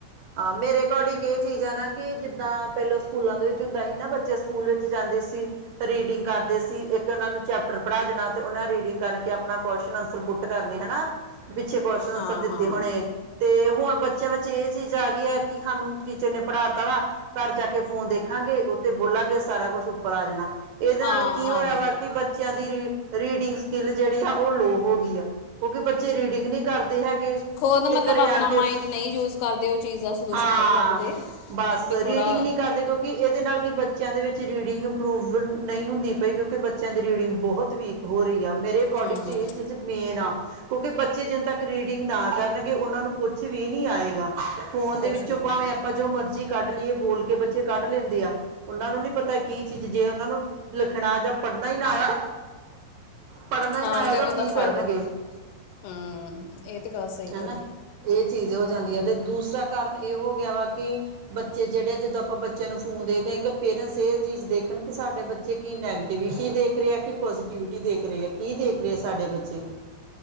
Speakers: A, on the right; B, on the left.
A: ਹਾਂ ਮੇਰੇ, ਅਕੋਰਡਿੰਗ ਇਹ ਚੀਜ਼ ਆ ਨਾ ਕਿ ਜਿੱਦਾਂ ਪਹਿਲੋਂ ਸਕੂਲਾਂ ਦੇ ਵਿੱਚ ਹੁੰਦਾ ਸੀ ਨਾ ਬੱਚੇ, ਸਕੂਲ ਵਿੱਚ ਜਾਂਦੇ ਸੀ। ਰੀਡਿੰਗ ਕਰਦੇ ਸੀ। ਇੱਕ ਉਹਨਾਂ ਨੂੰ ਚੈਪਟਰ ਪੜ੍ਹਾ ਦੇਣਾ ਤੇ ਉਹਨਾ ਰੀਡਿੰਗ ਕਰਕੇ ਆਪਣਾ ਕੁਸ਼ਤੀ ਆਸਰ ਪੁੱਟ ਕਰਨੇ ਹਨਾ। ਪਿੱਛੇ ਕੁਸ਼ਚਨ ਆਸਰ
B: ਹਾਂ
A: ਦਿੱਤੇ
B: ਹਾਂ
A: ਹੁਣੇ। ਤੇ ਹੁਣ ਬੱਚਿਆਂ ਵਿੱਚ ਇਹ ਚੀਜ਼ ਆ ਗਈ ਹੈ ਕਿ ਸਾਨੂੰ ਟੀਚਰ ਨੇ ਪੜ੍ਹਾ ਤਾ ਵਾ ਘਰ ਜਾ ਕੇ ਫੋਨ ਦੇਖਾਂਗੇ। ਤੇ ਬੋਲਾਂਗੇ ਸਾਰਾ ਕੁੱਛ ਪਤਾ ਆ ਜਾਣਾ <inaudible> ਇਹਦੇ
B: ਹਾਂ
A: ਨਾਲ ਕੀ ਹੋਇਆ
B: ਆ ਜਾਏਗਾ
A: ਵਾ? ਕਿ ਬੱਚਿਆਂ ਦੀ ਰੀ ਰੀਡਿੰਗ ਸਕਿੱਲ ਜਿਹੜੀ ਆ ਉਹ ਲੋਅ ਹੋ ਗਈ ਆ ਕਿਉਂਕਿ ਬੱਚੇ ਰੀਡਿੰਗ ਨਹੀਂ ਕਰਦੇ। ਦੇ ਹੈਗੇ।
B: ਖੁਦ
A: ਤੇ
B: ਮਤਲਬ
A: ਘਰੇ
B: ਆਪਣਾ
A: ਆਣ ਕੇ
B: ਮਾਈੰਡ ਨਹੀਂ ਉਸ ਕਰਦੇ ਸਲਿੂਸ਼ਨ
A: ਹਾਂ
B: ਨਹੀਂ ਲੱਭਦੇ।
A: ਬਸ
B: ਵੀ ਥੋੜ੍ਹਾ
A: ਰੀਡਿੰਗ ਨਹੀਂ ਕਰਦੇ ਕਿਉਂਕਿ ਇਹਦੇ ਨਾਲ ਕਿ ਬੱਚਿਆਂ ਦੇ ਵਿੱਚ ਰੀਡਿੰਗ ਅਪਰੂਵ ਨਹੀਂ ਹੁੰਦੀ ਪਈ ਕਿਉਂਕਿ ਬੱਚਿਆਂ ਦੀ ਰੀਡਿੰਗ ਬਹੁਤ ਵੀਕ ਹੋ ਰਹੀ ਆ। ਮੇਰੇ ਅਕੋਡਿੰਗ
B: ਹਾਂ
A: ਤਾਂ ਇਹ ਚੀਜ਼ ਮੇਨ ਆ ਕਿਉਂਕਿ ਬੱਚੇ ਜਿੰਨ ਤੱਕ ਰੀਡਿੰਗ ਨਾ ਕਰਨ ਉਹਨਾਂ ਨੂੰ ਕੁਛ ਵੀ ਨਹੀ ਆਏਗਾ। ਫੋਨ
B: ਕੁਛ
A: ਦੇ ਵਿੱਚੋਂ
B: ਨਹੀਂ
A: ਪਾਵੇਂ
B: ਹੈਗਾ
A: ਆਪਾਂ ਜੋ ਮਰਜੀ ਕੱਢ ਲਈਏ ਬੋਲ ਕੇ ਬੱਚੇ ਕੱਢ ਲੈਂਦੇਆ ਉਹਨਾਂ ਨੂੰ ਨੀ ਪਤਾ ਕੀ ਚੀਜ਼ ਜੇ ਉਹਨਾਂ ਨੂੰ ਲਿਖਣਾ ਜਾਂ ਪੜ੍ਹਨਾ ਹੀ ਨਾ ਆਇਆ। ਪੜ੍ਹਨਾ ਹੀ
B: ਹਾਂ
A: ਨਾ ਆਇਆ
B: ਤੇ
A: ਤਾਂ
B: ਉਹਦਾ
A: ਉਹ ਕੀ
B: ਫਾਇਦਾ
A: ਕਰਨਗੇ
B: ਨੀ ਇਹ। ਹਮ ਇਹ ਤੇ ਗੱਲ ਸਹੀ
A: ਹਨਾ
B: ਤੁਹਾਡੀ
A: ਇਹ ਚੀਜ਼ ਹੋ ਜਾਂਦੀ ਹੈ। ਤੇ ਦੂਸਰਾ ਕਅਰਨ ਇਹ ਹੋ ਗਿਆ ਵਾ ਕਿ ਬੱਚੇ ਜਿਹੜੇ ਆ ਜਦੋਂ ਆਪਾਂ ਬੱਚਿਆਂ ਨੂੰ ਫੋਨ ਦੇਂਦੇ ਹਾਂ। ਕਿ ਪੇਰੈਂਟਸ ਇਹ ਚੀਜ਼ ਦੇਖਣ ਕਿ ਸਾਡੇ ਬੱਚੇ ਕੀ ਨੈਗੇਟਿਵ ਕੀ ਦੇਖ ਰਹੇ ਆ? ਕਿ ਪੋ ਐਕਟੀਵਿਟੀ ਦੇਖ ਰਹੇ ਆ ਕੀ ਦੇਖ ਰਹੇ ਆ? ਸਾਡੇ ਬੱਚੇ।